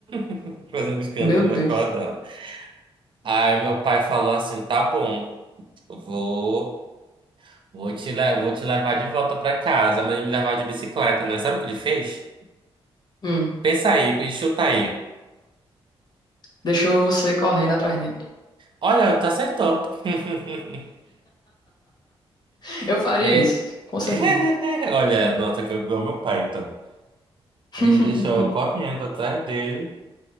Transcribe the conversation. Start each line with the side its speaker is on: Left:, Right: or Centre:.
Right: <laughs> fazendo escândalo
Left: Meu Deus.
Right: na escola dela. Aí meu pai falou assim, tá bom, eu vou, vou te, le- vou te levar de volta pra casa, mas ele me levar de bicicleta, né? Sabe o que ele fez?
Left: Hum.
Right: Pensa aí, e chuta aí.
Left: Deixou você correndo atrás dele.
Right: Olha, tu acertou. <laughs>
Left: <laughs> Eu faria
Right: É...
Left: isso, com certeza.
Right: <laughs> Olha, nota que eu amo meu pai, então.
Left: <laughs>
Right: Ele deixou eu correndo atrás dele.